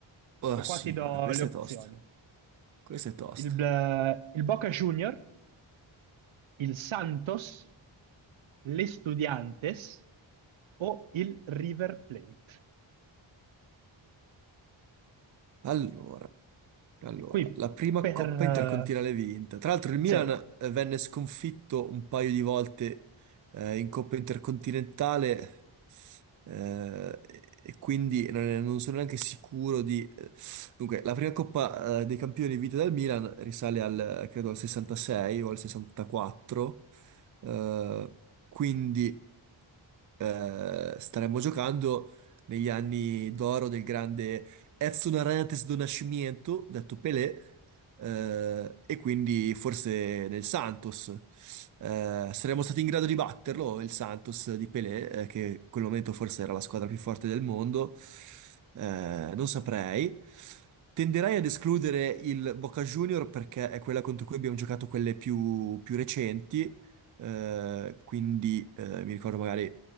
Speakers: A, on the right (about 40°); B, on the right (about 70°).
A: Oh,
B: E qua
A: signora,
B: ti do
A: questa
B: le opzioni.
A: è tosta. Questa è tosta.
B: Il, il Boca Junior, il Santos, l'Estudiantes o il River Plate.
A: Allora, allora,
B: E qui
A: la prima
B: per...
A: Coppa
B: eh,
A: Intercontinentale vinta. Tra l'altro il Milan
B: se-
A: eh, venne sconfitto un paio di volte eh, in Coppa Intercontinentale eh, e e quindi non, è- non sono neanche sicuro di... eh. Dunque, la prima Coppa eh, dei Campioni vinta dal Milan risale al, eh, credo, al 66 o al 64, eh, quindi eh, staremmo giocando negli anni d'oro del grande Edson Arantes do Nascimento, detto Pelé, eh, e quindi forse nel Santos. Eh, saremmo stati in grado di batterlo, il Santos di Pelé, eh, che in quel momento forse era la squadra più forte del mondo. Eh, non saprei. Tenderei ad escludere il Boca Junior perché è quella contro cui abbiamo giocato quelle più, più recenti. Eh, quindi eh, mi ricordo magari